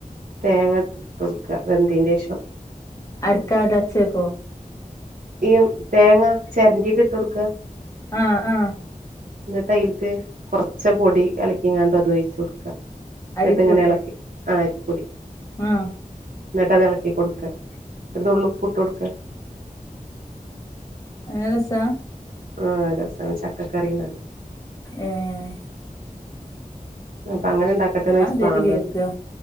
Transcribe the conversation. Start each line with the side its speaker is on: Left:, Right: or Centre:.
Right: തേങ്ങ കൊതെടുക്ക വെന്തന് ശേഷം.
Left: അർക്കാതേ അച്ചേക്കോ?.
Right: ഈ തേങ്ങ ചിരണ്ടിട്ട് ഇട്ട് കൊടുക്കുക.
Left: ആഹ ആഹ
Right: എന്നിട്ട് അതിൽക്ക് കുറച്ച് പൊടി കലക്കിങ്ങാണ്ടും അത് ഒഴിച്ചു കൊടുക്ക
Left: അരിപ്പൊടിയാ
Right: നട്ട് ഇങ്ങനെ ഇളക്കി ആ അരിപ്പൊടി
Left: ആഹ്
Right: എന്നിട്ട് ഇളക്കി കൊടുക്കുക, അത് ഒരു നുള്ളിപ്പൂ ഇട്ട് കൊടുക്കുക.
Left: നല്ല രസാ
Right: ആഹ് രസാണ് ചക്കക്കറിന്ന് പറിം
Left: ഉം
Right: അപ്പൊ അങ്ങനെ ഉണ്ടാക്കട്ടെന്ന്
Left: ഞാൻ
Right: ചോദിച്ചപ്പൊ
Left: ആദ്യായിട്ട്
Right: ആന്ന്
Left: കേക്കാ
Right: പറഞ്ഞു